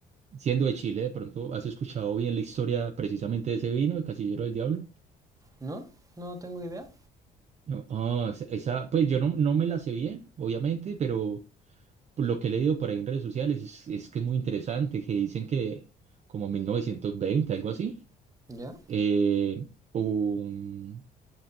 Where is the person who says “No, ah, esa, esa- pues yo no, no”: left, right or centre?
Right